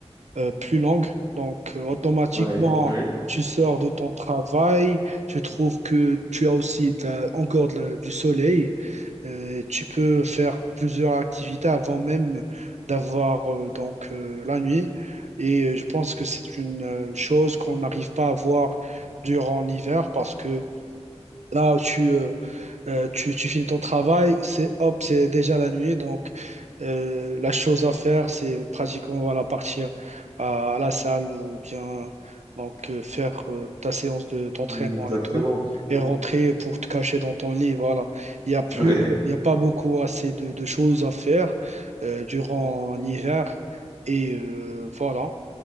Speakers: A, on the right; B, on the right.
A: euh, plus longue. Donc, euh, automatiquement,
B: Ouais, ouais,
A: tu sors de ton travail, tu trouves que tu as aussi de la- encore de la- du soleil. Euh, tu peux faire plusieurs activités avant même d'avoir euh, donc euh, la nuit. Et euh, je pense que c'est une euh, chose qu'on n'arrive pas à voir durant l'hiver parce que Là, tu, euh, euh, tu, tu finis ton travail, c'est hop, c'est déjà la nuit. Donc, euh, la chose à faire, c'est pratiquement voilà, partir à, à la salle ou bien donc, euh, faire euh, ta séance de, d'entraînement
B: exactement.
A: et tout, et
B: <laughs>
A: rentrer pour te cacher dans ton lit. Voilà. Il n'y a plus,
B: Ouais.
A: il y a pas beaucoup assez de, de choses à faire euh, durant l'hiver. Et euh, voilà.